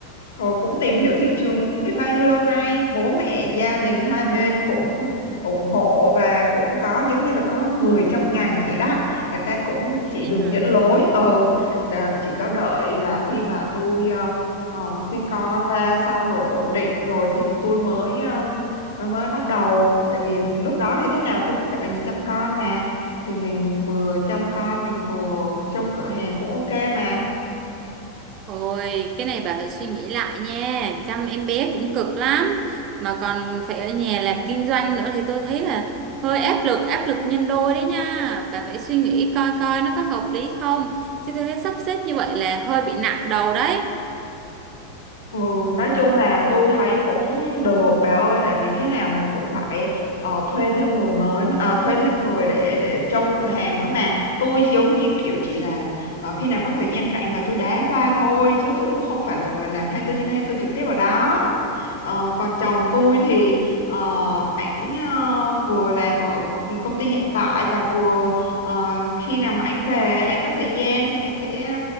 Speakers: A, on the left; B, on the right.
A: rồi cũng tìm hiểu thị trường biết bao nhiêu lâu nay, bố mẹ, gia đình hai bên cũng ủng hộ và cũng có giống như là có người trong ngành vậy đó. Người ta cũng
B: vậy
A: chỉ đường
B: hả
A: dẫn lối. Ừ, là chỉ có đợi là khi mà tôi ờ, ờ, sinh con ra xong rồi ổn định rồi thì tôi mới ừm, mới mới bắt đầu. Tại vì lúc đó thì thế nào tôi cũng phải ở nhà chăm con mà. Thì mình vừa chăm con, mình vừa trông cửa hàng cũng ok mà.
B: ôi cái này bà phải suy nghĩ lại nha chăm em bé cũng cực lắm mà còn phải ở nhà làm kinh doanh nữa thì tôi thấy là hơi áp lực áp lực nhân đôi đấy nha bà phải suy nghĩ coi coi nó có hợp lý không chứ tôi thấy sắp xếp như vậy là hơi bị nặng đầu đấy
A: Ừ, nói chung là tôi thấy cũng được bà ơi tại vì thế nào mình cũng phải ờ, thuê thêm người mới mà- ờ, thuê thêm người để để trông cửa hàng nữa mà tôi giống như kiểu chỉ là ờ, khi nào có thời gian rảnh là tôi đá qua thôi chứ tôi cũng không phải là người làm 24 trên 24 trực tiếp ở đó Ờ,
B: Ừ.
A: còn chồng tôi thì ờ, ảnh ờ, vừa làm ở công ty hiện tại và vừa ờ, khi nào mà anh về anh có thời gian thì anh sẽ